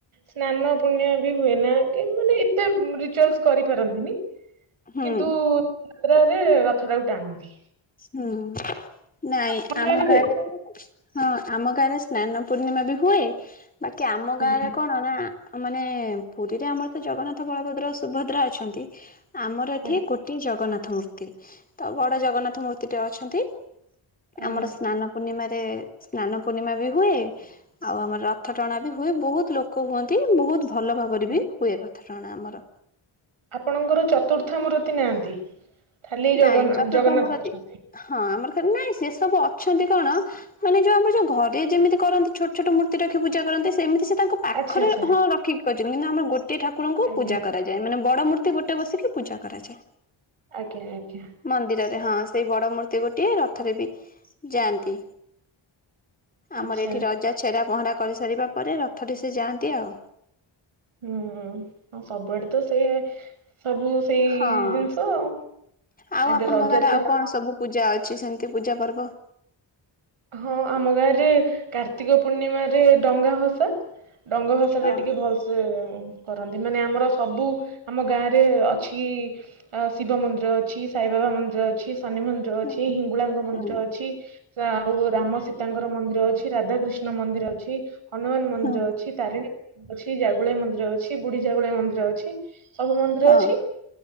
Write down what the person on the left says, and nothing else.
ହୁଁ
ହୁଁ ନାଇଁ
ଆମ ଗାଁରେ
ହଁ ଆମ ଗାଁ ରେ ସ୍ନାନ ପୂର୍ଣ୍ଣିମା ବି ହୁଏ ବାକି ଆମ
ଗାଁରେ କଣ ନା ମାନେ ପୁରୀରେ ଆମର ତ ଜଗନ୍ନାଥ, ବଳଭଦ୍ର, ସୁଭଦ୍ରା ଅଛନ୍ତି। ଆମର ଏଠି
ଗୋଟିଏ ଜଗନ୍ନାଥ ମୂର୍ତ୍ତି ତ ବଡ ଜଗନ୍ନାଥ ମୂର୍ତ୍ତିଟେ ଅଛନ୍ତି।
ଆମର ସ୍ନାନ ପୂର୍ଣିମାରେ ସ୍ନାନ ପୂର୍ଣ୍ଣିମା ବି ହୁଏ। ଆଉ ଆମର ରଥ ଟଣା ବି ହୁଏ। ବୋହୁତ ଲୋକ ହୁଅନ୍ତି ବୋହୁତ ଭଲ ଭାବରେ
ବି ହୁଏ ରଥ ଟଣା ଆମର।
ନାଇଁ ଚତୁର୍ଧାମୂରତି
ହଁ ଆମର ନାଇଁ ସେ ସବୁ ଅଛନ୍ତି କଣ ମାନେ ଯୋଉ ଆମର ଯୋଉ ଘରେ ଯେମିତି କରନ୍ତି ଛୋଟ ଛୋଟ ମୂର୍ତ୍ତି ରଖି ପୂଜା କରନ୍ତି ସେମିତି ସେ ତାଙ୍କ ପାଖରେ
ହଁ ରଖିକି କରିଚନ୍ତି କିନ୍ତୁ ଆମର ଗୋଟିଏ ଠାକୁରଙ୍କୁ
ପୂଜା କରାଯାଏ। ମାନେ ବଡ ମୂ ର୍ତ୍ତି ଗୋଟେ ବସିକି ପୂଜା କରାଯାଏ।
ମନ୍ଦିରରେ ହଁ ସେଇ ବଡ ମୂର୍ତ୍ତି ଗୋଟିଏ ରଥରେ ବି ଯାଆନ୍ତି।
ଆମର ଏଠି ରଜା ଛେରା ପହଁରା କରିସାରିବା ପରେ ରଥରେ ସେ ଯାଆନ୍ତି ଆଉ।
ହଁ
ଆଉ
ଆପଣଙ୍କ
ଗାଁରେ
ଆଉ କଣ ସବୁ ପୂଜା ଅଛି ସେମିତି ପୂଜା ପର୍ବ?
ହଁ
ହୁଁ
ହୁଁ
ହୁଁ
ହଁ